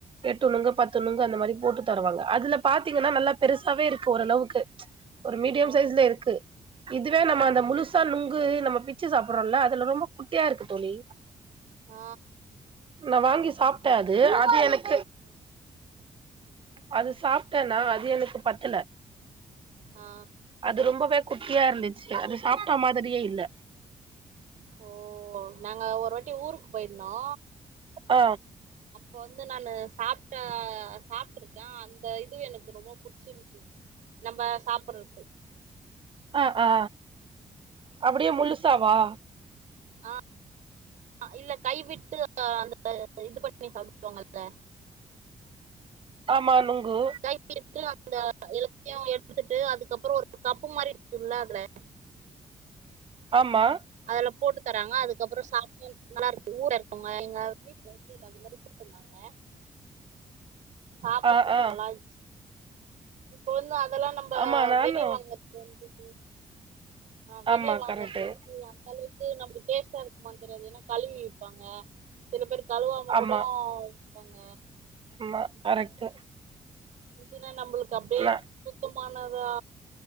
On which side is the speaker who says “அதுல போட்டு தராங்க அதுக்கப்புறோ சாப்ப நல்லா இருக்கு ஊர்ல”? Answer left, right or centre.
Right